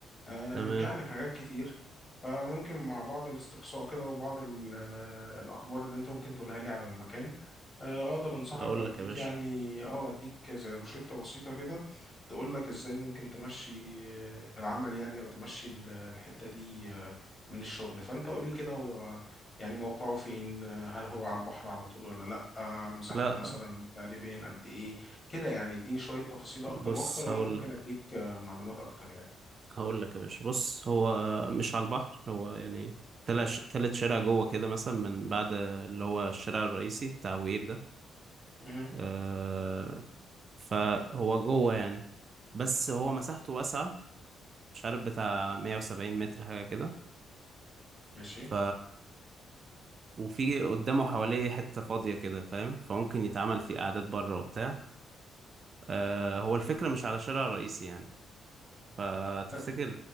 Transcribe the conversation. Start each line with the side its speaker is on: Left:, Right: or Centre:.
Left: آم،
Right: تمام
Left: يعني حاجات كتير فممكن مع بعض الاستقصاء كده وبعض ال- الأخبار اللي أنت ممكن تقولها لي على المكان آه، أقدر أنصحك
Right: اقول
Left: أو
Right: لك
Left: أديك
Right: يا باشا
Left: يعني أه أديك زي روشتة بسيطة كده تقول لك إزاي ممكن تمشي آه، العمل يعني أو تمشي ال- الحتة دي آه، من الشغل فأنت قول لي كده هو يعني موقعه فين آه، هل هو على البحر على طول ولا لا آه، مساحته
Right: لا
Left: مثلا تقريبا قد ايه كده يعني اديني شوية تفاصيل اكتر
Right: بص
Left: واكتر وانا
Right: هقول
Left: ممكن
Right: لك
Left: اديك آه، معلومات اكتر يعني
Right: هقول لك يا باشا بص هو آه، مش على البحر هو يعني تلات تلات شارع جوه كده مثلا من بعد اللي هو الشارع الرئيسي بتاع وير ده
Left: مهم.
Right: آه، فهو جوه يعني بس هو مساحته واسعة مش عارف بتاع 170 متر حاجة كده
Left: ماشي
Right: ف وفي قدامه حواليه حتة فاضية كده فاهم فممكن يتعمل فيه قعدات بره وبتاع آه هو الفكرة مش على شارع رئيسي يعني فتفتكر
Left: لا،